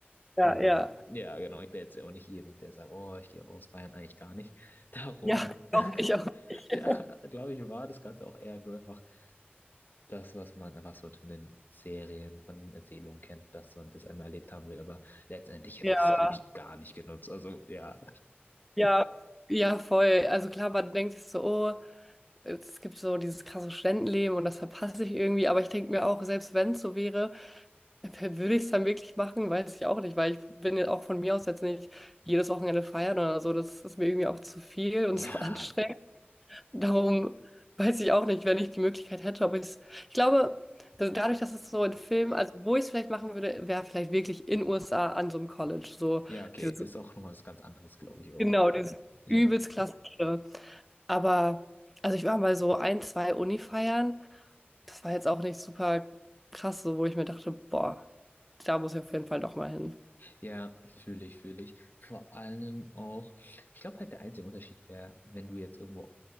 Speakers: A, in the centre; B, on the left.
A: Ja,
B: Und
A: ja.
B: ja, genau, ich bin jetzt ja auch nicht jemand, der sagt, oh, ich gehe raus, feiern eigentlich gar nicht. Darum,
A: Ja, <laughs>
B: <laughs>
A: doch, ich auch nicht. <laughs>
B: ja, glaube ich, war das Ganze auch eher nur einfach das, was man einfach so von den Serien, von den Erzählungen kennt, dass man das einmal erlebt haben will. Aber letztendlich hätte
A: Ja,
B: ich es, glaube ich, gar nicht genutzt. Also ja,
A: ja, ja, voll. Also klar, man denkt sich so, oh, es gibt so dieses krasse Studentenleben und das verpasse ich irgendwie. Aber ich denke mir auch, selbst wenn es so wäre, Würde ich es dann wirklich machen, weiß ich auch nicht, weil ich bin ja auch von mir aus jetzt nicht jedes Wochenende feiern oder so. Das ist mir irgendwie auch zu viel und
B: ja,
A: <laughs> zu anstrengend. Darum weiß ich auch nicht, wenn ich die Möglichkeit hätte, ob ich es. Ich glaube, da- dadurch, dass es so in Film, also wo ich es vielleicht machen würde, wäre vielleicht wirklich in USA an so einem College. So
B: ja, okay,
A: dieses,
B: das ist auch nochmal was ganz anderes, glaube ich auch.
A: genau, dieses
B: Ja,
A: übelst klassische. Aber, also ich war mal so ein, zwei Uni-Feiern. Das war jetzt auch nicht super krass, so wo ich mir dachte, boah, da muss ich auf jeden Fall doch mal hin.
B: ja, fühle ich, fühle ich. Vor allem auch, ich glaube halt der einzige Unterschied wäre, wenn du jetzt irgendwo